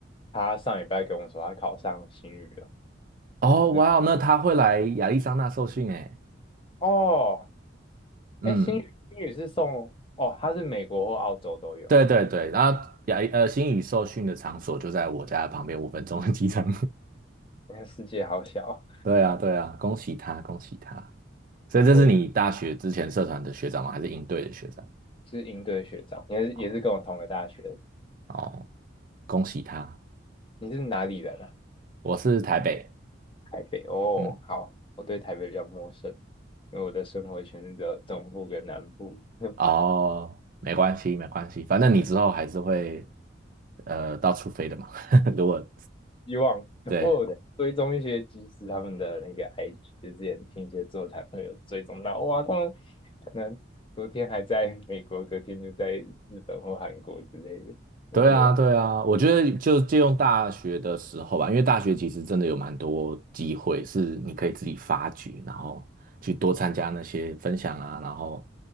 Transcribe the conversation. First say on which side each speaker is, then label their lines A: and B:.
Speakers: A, on the left; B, on the right.
A: 他上礼拜跟我说他考上新语了，
B: <laughs> 哦，
A: 我真
B: 哇哦，那他会来亚利桑那受训诶。
A: 哦，
B: 嗯，
A: 哎，新语新语是送哦，他是美国或澳洲都有，
B: 对对对，然后亚呃星宇受训的场所就在我家旁边五分钟的机场。
A: 你看世界好小。
B: <laughs> 对啊，对啊，恭喜他，恭喜他。所以这是你大学之前社团的学长吗？
A: 我也
B: 还是应队的学长？
A: 是营队的学长，也是也是跟我同个大学的，
B: 哦哦，恭喜他。
A: 你是哪里人啊？
B: 我是台北，
A: 台北哦，
B: 嗯，
A: 好，我对台北比较陌生，因为我的生活圈是只有中部跟南部。<laughs>
B: 哦，没关系，没关系，反正你之后还是会呃到处飞的嘛。<laughs> 如果
A: 希望我有追踪一些技师他们的那个
B: 对
A: IG，就之前听一些座谈会有追踪到，哇，他们可能昨天还在 <laughs> 美国，隔天就在日本或韩国之类的，我觉得
B: 对啊，对啊，我觉得就借用大学的时候吧，因为大学其实真的有蛮多机会是你可以自己发掘，然后去多参加那些分享啊，然后